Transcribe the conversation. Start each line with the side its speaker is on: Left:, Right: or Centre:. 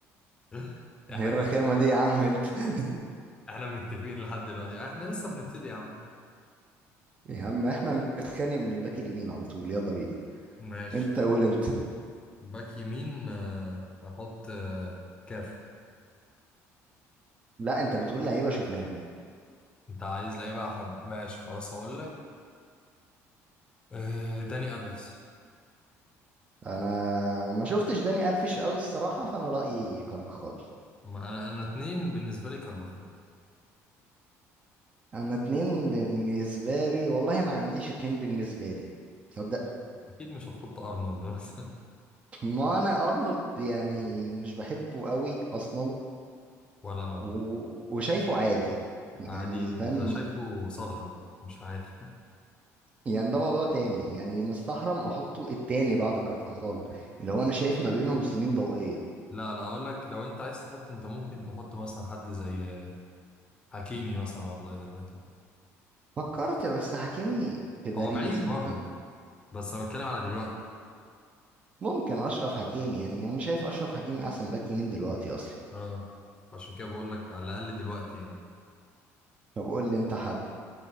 Left: <laughs>
Right: <laughs>
Left: احنا
Right: ايه الرخامة
Left: كده-
Right: دي يا عم انت <laughs>
Left: احنا متفقين لحد دلوقتي احنا لسه بنبتدي يا عم
Right: يا عم احنا نتخانق من الباك اليمين على طول يلا بينا
Left: ماشي
Right: انت قول انت
Left: باك يمين آه، احط آه، كافو
Right: لا انت بتقول لعيبة شفناهم
Left: انت عايز لعيبه ح- ماشي خلاص هقول لك آه، داني الفيس
Right: انا ما شفتش داني الفيش قوي الصراحه فانا رايي كارفاخال
Left: ما انا انا اتنين بالنسبه لي كارفاخال
Right: انا اتنين بالنسبه لي والله ما عنديش اتنين بالنسبه لي تصدق
Left: اكيد أكيد مش هتحط ارنولد مثلا <laughs>
Right: ما انا ارنولد يعني مش بحبه قوي اصلا
Left: ولا انا والله
Right: و... وشايفه عادي
Left: عادي
Right: يعني فاهم
Left: انا شايفه ثغره مش عادي
Right: يعني ده موضوع تاني يعني مستحرم احطه التاني بعد كارفاخال اللي هو انا شايف ما بينهم سنين ضوئيه
Left: لا لا هقول لك لو انت عايز تحط انت ممكن تحط مثلا حد زي حكيمي مثلا والله دلوقتي
Right: فكرت بس حكيمي في باريس
Left: هو بعيد برضه
Right: مت-
Left: بس انا بتكلم على دلوقتي
Right: ممكن اشرف حكيمي يعني انا شايف اشرف حكيمي احسن باك يمين دلوقتي اصلا
Left: اه عشان كده بقول لك على الاقل دلوقتي يعني
Right: طب قول لي انت حد